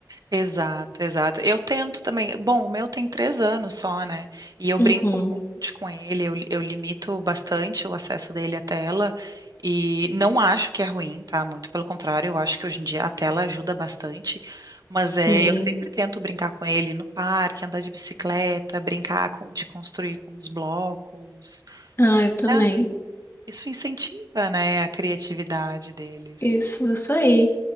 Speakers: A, on the right; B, on the left.
A: Exato, exato. Eu tento também. Bom, o meu tem três anos só, né? E eu
B: Uhum,
A: brinco um monte com ele, eu, eu limito bastante o acesso dele à tela. E não acho que é ruim, tá? Muito pelo contrário, eu acho que hoje em dia a tela ajuda bastante. Mas
B: sim.
A: é, eu sempre tento brincar com ele no parque, andar de bicicleta, brincar com- de construir com os blocos.
B: Ah,
A: Porque,
B: eu também.
A: ah, isso incentiva, né, a criatividade deles.
B: Isso, isso aí.